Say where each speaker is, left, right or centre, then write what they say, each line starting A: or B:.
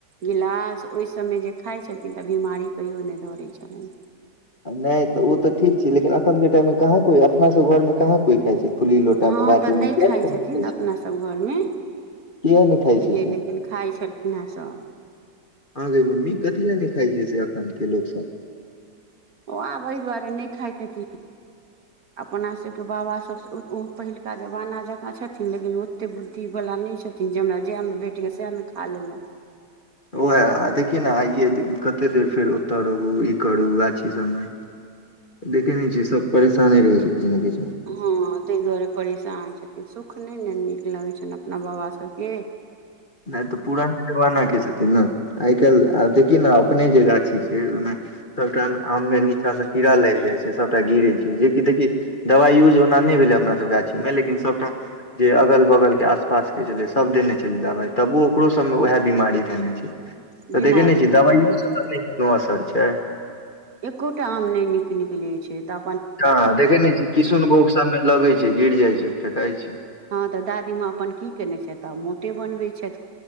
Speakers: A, on the right (about 55°); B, on the left (about 30°).
A: गिलास ओहि सबमें जे खाय छलखिन तऽ बिमारी कहियो नहि दौड़े छलन
B: नहि तऽ ओ तऽ ठीक छै लेकिन एखनके टाइममे कहाँ कोइ अपनासब घरमे कहाँ कोइ खाई छै फुली लोटा
A: हाँ
B: बाटी
A: तऽ नहि
B: मे किया
A: खाई
B: सब
A: छथिन
B: नहि खाइ
A: अपनासब
B: छै,
A: घरमे
B: किया नहि खाइ
A: पहिले
B: छै से
A: लेकिन खाई छलखिन हे सब
B: आ गे मम्मी कथि लएने खाय छै से अखन के लोक सब
A: ओ आब एय दुआरे नहि खाय हेथिन अपना सबके बाबा सब ओ पहिलका जमाना जकाँ छथिन लेकिन ओते बुद्धि बला नहि छथिन जे हमरा जएहमे भेटय सएहमे खा लेलहुँ
B: ओहए आ देखी ने आइयए कतेक देर फेर ओतय रहू ई करू गाछी सबमे देख नहि छी सब परेशानी रहै छै किछु ने किछु मे।
A: हाँ तै दुआरे परेसान छै सुख नइ ने नीक लगै छइन अपना बाबासबके
B: नहि तऽ पुराने जमाना के छथिन ने आइ काल्हि आब देखि न अपने जे गाछी छै ओहिमे सबटा मे आम मे नीचा से कीड़ा लाइग जाय छै सबटा गिरे छै जेकि देखि दवाइ यूज ओना नइ भेल अपना सब गाछी मे लेकिन सबटा जे अगल बगल के आसपास के सब देने छलै दवाई तबो ओकरो सब मे उएहे बीमारी धेने छै तऽ
A: बीमारी
B: देखैने छियै
A: धऽ
B: दबाइोसे
A: लेने छै
B: त नइ कोनो असर छै
A: एकोटा आम नय नीक निकलै छै त
B: ह देखे ने छी किशुनभोग सबमे लगे छै गिर जाइ छै फेेकाई छै
A: हँ तऽ दादीमाँ अपन की केयने छथ त अपन मोटे बनबै छैथ